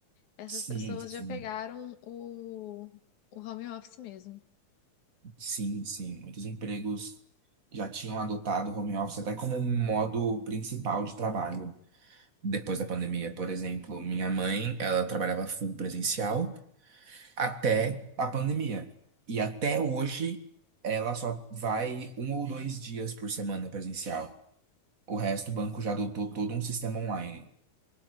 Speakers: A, on the left; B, on the right.
A: Essas
B: sim,
A: pessoas
B: sim,
A: já pegaram o, o home office mesmo.
B: sim, sim. Muitos empregos já tinham adotado o home office até como um modo principal de trabalho depois da pandemia. Por exemplo, minha mãe, ela trabalhava full presencial. até a pandemia. E até hoje, ela só vai um ou dois dias por semana presencial. O resto, o banco já adotou todo um sistema online.